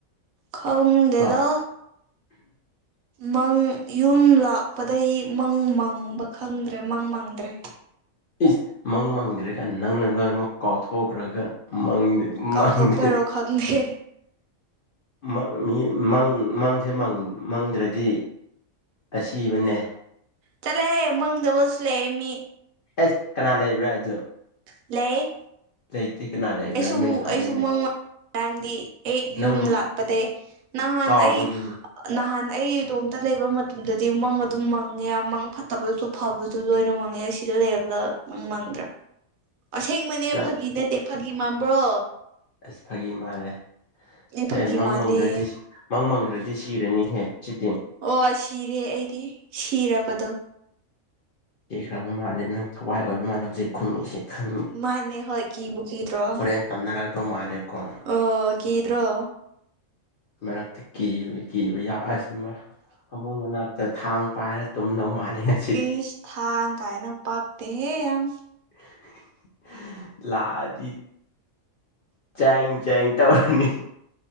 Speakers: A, on the right; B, on the left.
A: ꯈꯪꯗꯦꯗ
B: ꯀꯣ
A: ꯃꯪ ꯌꯨꯝ ꯂꯥꯛꯄꯗꯩ ꯃꯪ ꯃꯪꯕ ꯈꯪꯗ꯭ꯔꯦ ꯃꯪ ꯃꯪꯗ꯭ꯔꯦ
B: ꯏꯁ ꯃꯪ ꯃꯪꯗ꯭ꯔꯦꯒꯥꯏꯅ ꯅꯪꯅ ꯂꯣꯏꯅꯃꯨꯛ ꯀꯥꯎꯊꯣꯛꯈ꯭ꯔꯒ ꯃꯪꯗꯦ
A: ꯀꯥꯎꯊꯣꯛꯄꯩꯔꯣ
B: ꯃꯪꯗꯦ
A: ꯈꯪꯗꯦ
B: ꯃꯪ ꯃꯤ ꯃꯪ ꯃꯪꯖꯦ ꯃꯪ ꯃꯪꯗ꯭ꯔꯗꯤ ꯑꯁꯤꯕꯅꯦ
A: ꯆꯠꯂꯣꯍꯦ ꯃꯪꯗꯕꯁꯨ ꯂꯩꯌꯦ ꯃꯤ
B: ꯑꯁ ꯀꯅꯥ ꯂꯩꯕ꯭ꯔꯥ ꯑꯗꯨ
A: ꯂꯩ
B: ꯂꯩꯇꯦ ꯀꯅꯥ ꯂꯩꯕ꯭ꯔꯥ
A: ꯑꯩꯁꯨ
B: ꯃꯤꯡ ꯍꯥꯏꯌꯨꯅꯦ
A: ꯑꯩꯁꯨ ꯃꯪ ꯉꯔꯥꯡꯗꯤ ꯑꯩ
B: ꯅꯪ
A: ꯌꯨꯝ ꯂꯥꯛꯄꯗꯩ ꯅꯍꯥꯟ
B: ꯀꯥꯎꯕꯒꯤꯅꯤ
A: ꯑꯩ ꯅꯍꯥꯟ ꯑꯩ ꯏꯇꯣꯝꯇ ꯂꯩꯕ ꯃꯇꯝꯗꯗꯤ ꯃꯪ ꯑꯗꯨꯝ ꯃꯪꯉꯦ ꯃꯪ ꯐꯠꯇꯕ ꯁꯨ ꯐꯕꯁꯨ ꯂꯣꯏꯅ ꯃꯪꯉꯦ ꯁꯤꯗ ꯂꯩꯔꯕꯗ ꯃꯪ ꯃꯪꯗ꯭ꯔꯦ ꯑꯁꯦꯡꯕꯅꯦ
B: ꯅꯪ
A: ꯐꯥꯒꯤ ꯅꯠꯇꯦ ꯐꯥꯒꯤ ꯃꯥꯟꯕ꯭ꯔꯣ
B: ꯑꯁ ꯐꯥꯒꯤ ꯃꯥꯜꯂꯦ
A: ꯐꯥꯒꯤ
B: ꯑꯦ ꯃꯪ
A: ꯃꯥꯜꯂꯦ
B: ꯃꯪꯗ꯭ꯔꯗꯤ ꯃꯪ ꯃꯪꯗ꯭ꯔꯗꯤ ꯁꯤꯔꯅꯤꯍꯦ ꯁꯤꯇꯦ
A: ꯑꯣ ꯁꯤꯔꯦ ꯑꯩꯗꯤ ꯁꯤꯔꯕꯗꯣ
B: ꯆꯤꯈ꯭ꯔꯕ ꯃꯥꯜꯂꯦ ꯅꯪ ꯊꯋꯥꯏ ꯑꯣꯏꯕ ꯃꯥꯜꯂꯦ ꯍꯧꯖꯤꯛ ꯈꯨꯝꯃꯤꯁꯦ ꯈꯪ
A: ꯃꯥꯅꯦ ꯍꯣꯏ ꯀꯤꯕꯨ ꯀꯤꯗ꯭ꯔꯣ
B: ꯍꯣꯔꯦꯟ ꯇꯝꯅꯔꯛꯇꯧ ꯃꯥꯜꯂꯦꯀꯣ
A: ꯑ ꯀꯤꯗ꯭ꯔꯣ
B: ꯃꯔꯛꯇ ꯀꯤ ꯀꯤꯕ ꯌꯥꯎ ꯑꯁ ꯑꯃꯨꯛ ꯃꯅꯥꯛ ꯊꯥꯡ ꯄꯥꯏꯔ ꯇꯨꯝꯗꯧ ꯃꯥꯜꯂꯦꯉꯁꯤ
A: ꯏꯁ ꯊꯥꯡ ꯀꯥꯏꯅ ꯄꯥꯛꯇꯦꯍꯦ ꯌꯥꯝ
B: ꯍꯦ-ꯍꯤ-ꯍꯤ ꯂꯥꯛꯑꯗꯤ ꯆꯥꯏꯡ-ꯆꯦꯡ ꯇꯧꯔꯅꯤ